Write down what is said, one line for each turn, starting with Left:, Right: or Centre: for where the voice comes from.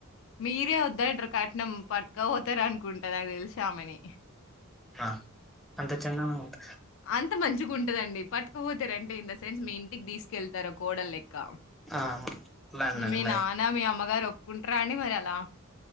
Left: మీరే వొద్దంటారు కట్నం పట్క పోతారు అనుకుంటా నాకు తెలిసామని
Centre: ఆ అంత చెండాలంగ ఉంటద
Left: అంత మంచిగా ఉంటదండి పట్టుపోతారు అంటే ఇన్ ద సెన్స్ మీ ఇంటికి తీసుకెళ్తారో కోడ లెక్క
Centre: ఆ లండన్ అండి
Left: మీ
Centre: మరి
Left: నాన్న మీ అమ్మ ర ఒప్పుకుంటార అండి మరి అలా